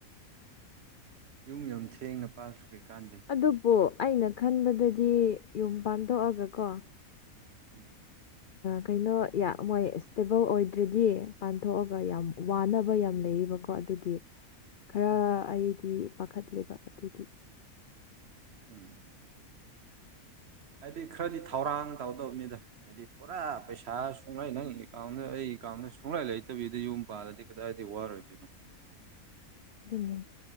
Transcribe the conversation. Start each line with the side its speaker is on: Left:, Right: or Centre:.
Right: ꯌꯨꯝ ꯌꯥꯝ ꯊꯦꯡꯅ ꯄꯥꯜꯁꯨ ꯀꯩꯀꯥꯟꯗꯦ
Left: ꯑꯗꯨꯕꯨ ꯑꯩꯅ ꯈꯟꯕꯗꯗꯤ ꯌꯨꯝ ꯄꯥꯟꯗꯣꯛꯑꯒ ꯀꯣ
Right: ꯎꯝ
Left: ꯀꯩꯅꯣ ꯃꯣꯏ ꯏꯁꯇꯦꯕꯜ ꯑꯣꯏꯗ꯭ꯔꯗꯤ ꯄꯥꯟꯊꯣꯛꯑꯒ ꯌꯥꯝ ꯋꯥꯅꯕ ꯌꯥꯝ ꯂꯩꯌꯦꯕꯀꯣ ꯑꯗꯨꯒꯤ ꯈꯔ
Right: ꯎꯝ
Left: ꯑꯩꯗꯤ ꯄꯥꯈꯠꯂꯦꯕ ꯑꯗꯨꯗꯤ
Right: ꯎꯝ ꯍꯥꯏꯗꯤ ꯈꯔꯗꯤ ꯊꯧꯔꯥꯡ ꯇꯧꯗꯕꯅꯤꯗ ꯍꯥꯏꯗꯤ ꯄꯨꯔꯥ ꯄꯩꯁꯥ ꯁꯨꯡꯂꯩ ꯅꯪ ꯑꯦꯀꯥꯎꯟꯗ ꯑꯩ ꯑꯦꯀꯥꯎꯟꯗ ꯁꯨꯡꯂꯩ ꯂꯩꯇꯕꯤꯗ ꯌꯨꯝ ꯄꯥꯔꯗꯤ ꯀꯗꯥꯏꯗꯤ ꯋꯥꯔꯣꯏꯗꯣꯏꯅꯣ
Left: ꯑꯗꯨꯅꯦ